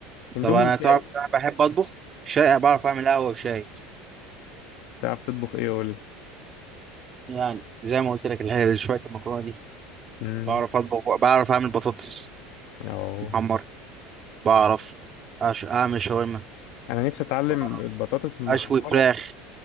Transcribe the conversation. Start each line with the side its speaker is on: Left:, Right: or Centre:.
Left: اندومي
Right: طب انا
Left: وشاي
Right: تعرف انا بحب اطبخ شاي بعرف اعمل قهوه وشاي
Left: تعرف تطبخ ايه قول لي
Right: يعني زي ما قلت لك الحاجه شويه المكرونه دي
Left: امم
Right: بعرف اطبخ بعرف اعمل بطاطس
Left: اه
Right: محمر بعرف أش... اعمل شاورما
Left: انا نفسي اتعلم
Right: بعرف
Left: البطاطس المحمرة
Right: اشوي فراخ